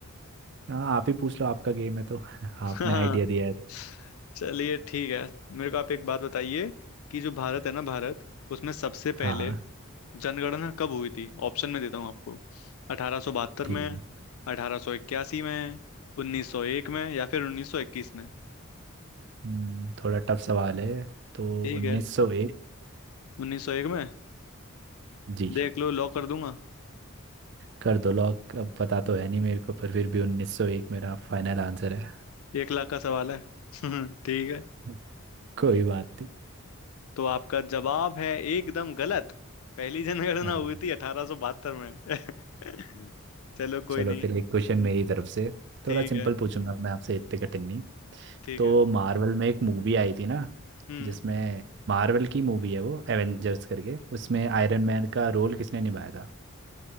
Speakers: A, on the right (about 55°); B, on the left (about 80°).
A: हाँ आप ही पूछ लो आपका गेम है तो <laughs>
B: <laughs>
A: आपने
B: हाँ
A: आइडिया दिया है तो
B: चलिए ठीक है मेरे को आप एक बात बताइए कि जो भारत है ना भारत उसमें सबसे
A: हाँ
B: पहले
A: हाँ
B: जनगणना कब हुई थी ऑप्शन में देता हूँ आपको 1872
A: ठीक
B: में
A: है
B: 1881 में 1901 में या फिर 1921 में
A: हम्म, थोड़ा टफ सवाल है तो
B: ठीक
A: 1901
B: है 1901 में
A: जी
B: देख लो लॉक कर दूंगा
A: कर दो लॉक अब पता
B: <laughs>
A: तो है नहीं मेरे को पर फिर भी 1901 मेरा फाइनल आंसर है
B: एक लाख का सवाल है <laughs> ठीक है
A: <laughs> कोई बात नहीं
B: तो आपका जवाब है एकदम गलत पहली जनगणना
A: अरे
B: हुई थी 1872 में <laughs> चलो कोई
A: चलो
B: नहीं
A: फिर एक क्वेश्चन मेरी तरफ से
B: ठीक
A: थोड़ा सिंपल
B: है
A: पूछूंगा मैं आपसे इतने कठिन नहीं
B: ठीक
A: तो
B: है
A: मार्वल में एक मूवी आई थी ना
B: हम्म
A: जिसमें मार्वल की मूवी है वो एवेंजर्स करके उसमें आयरन मैन का रोल किसने निभाया था